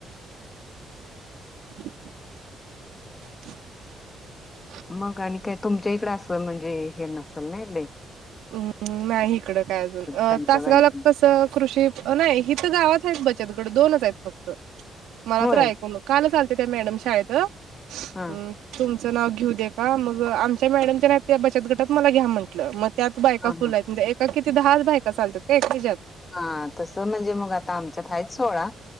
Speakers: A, on the right; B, on the left.
A: <unintelligible>
B: मग आणि काय तुमच्या इकडें असल म्हणजे हे नसेल ना लई
A: हम्म नाही इकडं काय अजून अ
B: त्यांच्या
A: तासगावला
B: बाईक
A: कसं कृषी नाही हित गावात बचत गट दोनच आहेत फक्त मला
B: होय
A: तर ऐकूनं कालचं आल्या त्या मॅडम शाळेत हम्म
B: हा
A: तुम नाव घेऊ दे का मग आमच्या मॅडमच्या त्या बचत गटात मला घ्या म्हटलं मग त्यात बायका
B: हा
A: फुल आहेत म्हणजे एका किती दहाच बायका चालतात का एकाच्यात त्या
B: हा तस म्हणजे मग आता आमच्यात हाच सोळा